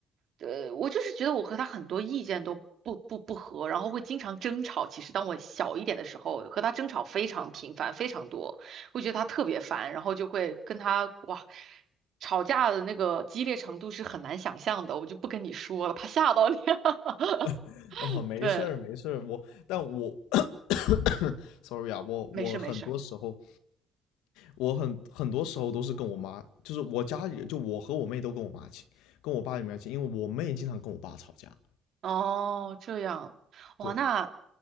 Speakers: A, on the right; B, on the left.
A: 呃，我就是觉得我和她很多意见都不不不合，然后会经常争吵。其实当我小一点的时候，和她争吵非常频繁，非常多，会觉得她特别烦，然后就会跟她哇，吵架的那个激烈程度是很难想象的，我就不跟你说了，怕吓到你。<laughs>
B: <laughs> 哦，没事儿，
A: 对，
B: 没事儿，我，但我 <coughs>，sorry 啊，我我很多时候，
A: 没事没事。
B: 我很很多时候都是跟我妈，就是我家里，就我和我妹都跟我妈亲，跟我爸也没有亲，因为我妹经常跟我爸吵架。
A: 哦，这样，哇，
B: 对
A: 那